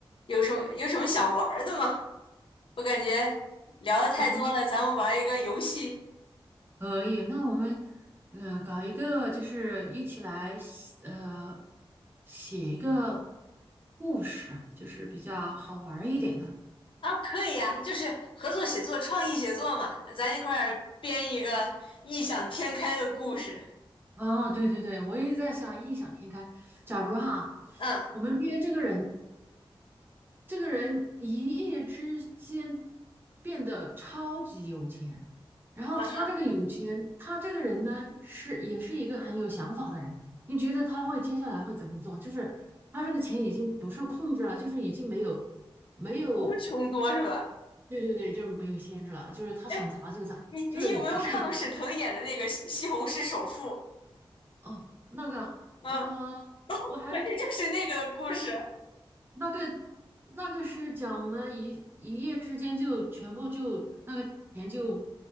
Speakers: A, on the left (about 65°); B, on the right (about 20°).
A: 有什么有什么想玩儿的吗？我感觉聊的太多了，
B: 我们
A: 咱们玩一个游戏
B: 可以，那我们呃搞一个，就是一起来写呃写一个故事，就是比较好玩儿一点的。
A: 啊，可以呀，就是合作写作、创意写作嘛，咱一块儿编一个异想天开的故事。
B: 啊，对对对，我也在想异想天开。假如哈，
A: 嗯
B: 我们编这个人，这个人一夜之间变得超级有钱，然后他这个有钱，
A: 嗯哼，
B: 他这个人呢是也是一个很有想法的人。你觉得他会接下来会怎么做？就是他这个钱已经不受控制了，就是已经没有没有，
A: 无穷多是吧？
B: 对对对，就是没有限制了，就是他想砸就砸，
A: 哎，你你有没有看过沈腾演的那个西《西红柿首富》？
B: 就是只是一个哦那个呃，
A: 嗯，<laughs>
B: 我还
A: 觉就是那个故事。
B: 那个那个是讲我们一一夜之间就全部就那个钱就